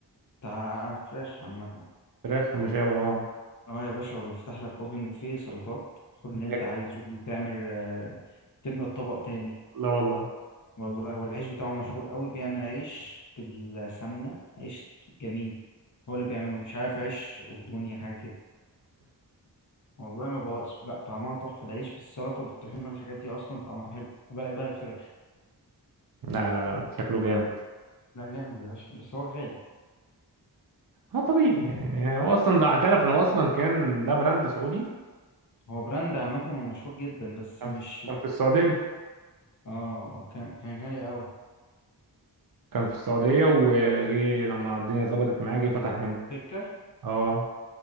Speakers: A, on the left (about 45°); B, on the right (about 55°).
A: بتاع فراخ عامه
B: فراخ ومشاوي اه
A: اه يا باشا وبيفتح لك اوبن بوفيه سلطات خد اللي
B: بجاكتك.
A: انت عايزه وتعمل آه، تملى الطبق تاني
B: لا والله
A: والله والعيش بتاعه مشهور قوي بيعمل عيش بالسمنه عيش جميل هو اللي بيعمله مش عارف عيش اردني حاجه كده والله ما بقاش لا طعمها تحفة العيش بالسلطة والطحينة الحاجات دي أصلا طعمها حلو ما بالك بقى الفراخ
B: لا لا لا شكله جامد
A: لا جامد يا باشا بس هو غالي
B: اه طبيعي يعني هو اصلا ده اعترف ان هو اصلا كان ده براند سعودي
A: هو براند عامة ومشهور جدا بس
B: كان
A: مش
B: في كان في السعوديه
A: اه كان كان غالي أوي
B: كان في السعوديه وجي لما الدنيا ظبطت معاه جه فتح هنا
A: سكة
B: اه